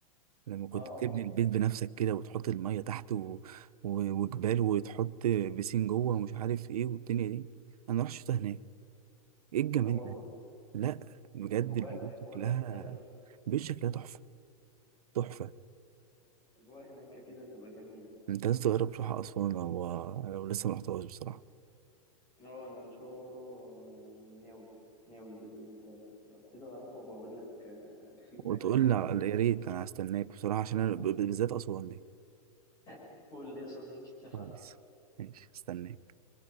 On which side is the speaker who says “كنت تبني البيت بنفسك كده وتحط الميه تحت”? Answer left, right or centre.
Right